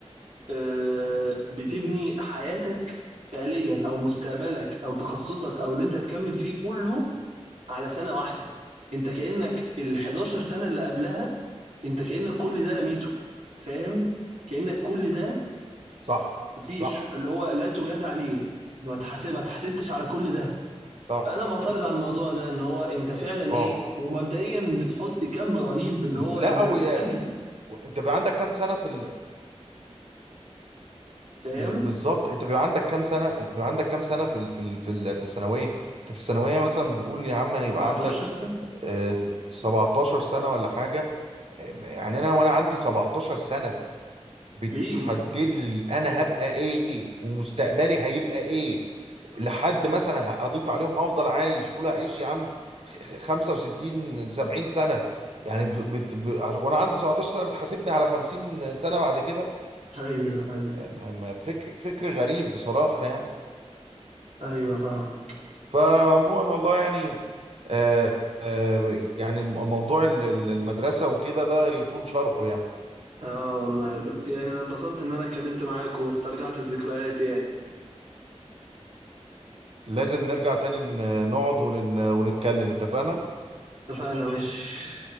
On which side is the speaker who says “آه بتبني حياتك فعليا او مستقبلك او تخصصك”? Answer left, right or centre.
Right